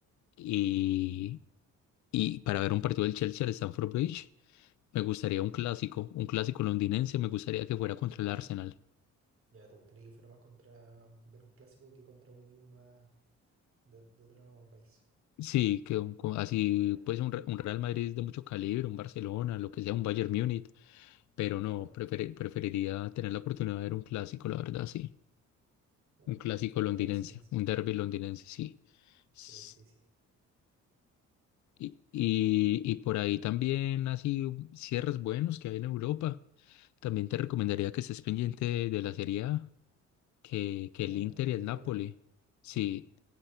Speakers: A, on the left; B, on the right.
A: y, y para ver un partido del Chelsea al Stamford Bridge, me gustaría
B: Ujú.
A: un clásico, un clásico londinense, me gustaría que fuera contra
B: Ah,
A: el Arsenal.
B: ya, ¿te gustaría que fuera más contra ver un clásico que contra un equipo más de, de otro país?
A: Sí, que un- co- así
B: Ya,
A: pues un, Re- un Real Madrid de mucho calibre, un Barcelona, lo que sea, un Bayern Múnich, Pero no,
B: claro.
A: prefer- preferiría tener la oportunidad de ver un clásico, la verdad, sí.
B: Uh,
A: Un clásico
B: estaría
A: londinense,
B: bueno ese clásico.
A: un derby londinense, sí.
B: Sí,
A: S-
B: sí, sí.
A: Y, y, y por ahí también así cierres buenos que hay en Europa. También te recomendaría que estés pendiente de, la Serie A, que, que
B: Ya,
A: el Inter
B: la
A: y
B: italiana.
A: el Napoli. Sí,
B: Sí,